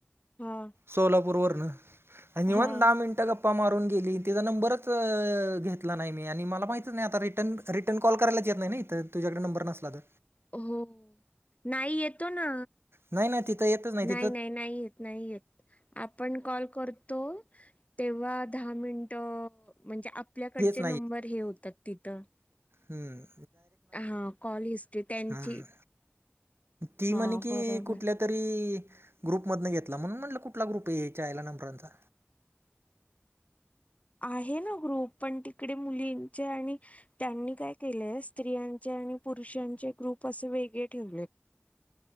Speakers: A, on the left (about 35°); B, on the right (about 70°).
A: हा
B: सोलापूर वरन आणिवण
A: हा
B: दहा मिनिटं गप्पा मारून केली त्याचा नंबरच घेतला नाही मी आणि मला माहितच नाही आता रिटन रिटर्न कॉल करायलाच येत नाही तर तुझ्याकडे नंबर नसला तर
A: हो नाही येतो ना
B: नाही ना तिथं येतच तिथं
A: नाही नाही नाही येत नाही येत आपण कॉल करतो तेव्हा दहा मिनट म्हणजे आपल्याकडचे
B: येत
A: नंबर हे होतात तिथं
B: हम्म
A: हा कॉल हिस्ट्री त्यांची
B: हम्म. ती
A: हा
B: म्हणे की
A: बरोबर
B: कुठल्या तरी ग्रुप मधन घेतला म्हणून म्हटलं कुठला ग्रुप आहे याच्याल्या नंबरचा
A: आहे ना ग्रुप पण तिकडे मुलींचे आणि त्यांनी काय केलंय स्त्रियां- आणि पुरुषांचे ग्रुप असे वेगळे ठेवलेत